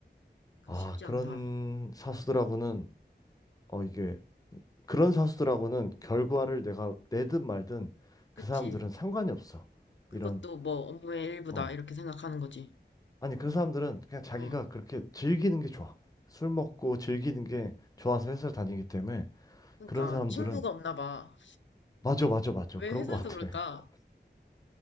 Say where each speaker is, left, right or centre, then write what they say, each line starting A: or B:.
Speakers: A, on the left; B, on the left.
A: 그거
B: 아,
A: 쉽지
B: 그런
A: 않다.
B: 사수들하고는 어 이게 그런 사수들하고는 결과를 내가 내든 말든
A: 그치?
B: 그 사람들은 상관이 없어.
A: 그것도
B: 이런,
A: 뭐 업무의 일부다.
B: 어.
A: 이렇게 생각하는 거지.
B: 아니, 그 사람들은 그냥 자기가
A: 응.
B: 그렇게 즐기는 게 좋아. 술 먹고 즐기는 게 좋아서 회사를 다니기 때문에
A: 그러니까
B: 그런 사람들은
A: 친구가 없나 봐.
B: 맞아, 맞아, 맞아.
A: 왜
B: 그런
A: 회사에서
B: 것 같아.
A: 그럴까?
B: <laughs>